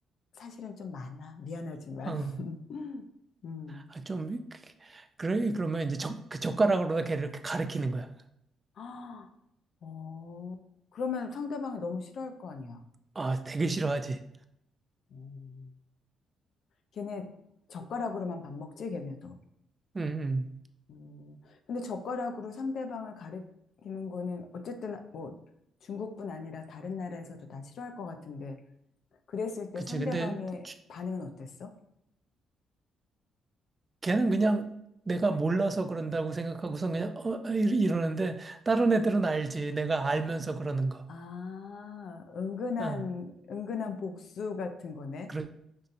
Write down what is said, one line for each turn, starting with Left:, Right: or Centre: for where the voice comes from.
Left: 사실은 좀 많아. 미안하지만.
Right: 어,
Left: <laughs> 음.
Right: 아, 좀, 그- 그래, 그러면 이제 젓, 그 젓가락으로다 걔를 이렇게 가리키는 거야.
Left: 아, 어, 그러면 상대방이 너무 싫어할 거 아니야.
Right: 아, 되게 싫어하지.
Left: 음. 걔네 젓가락으로만 밥 먹지, 걔네도.
Right: 응, 응.
Left: 음, 근데 젓가락으로 상대방을 가리키는 거는 어쨌든 뭐 중국뿐 아니라 다른 나라에서도 다 싫어할 것 같은데 그랬을 때
Right: 그치.
Left: 상대방의
Right: 근데 주-
Left: 반응은 어땠어?
Right: 걔는 그냥 내가 몰라서 그런다고 생각하고선 그냥, 어, 어, 이러- 이러는데, 다른 애들은 알지. 내가
Left: 아,
Right: 알면서 그러는 거.
Left: 아, 은근한,
Right: 응,
Left: 은근한 복수 같은 거네.
Right: 그렇지.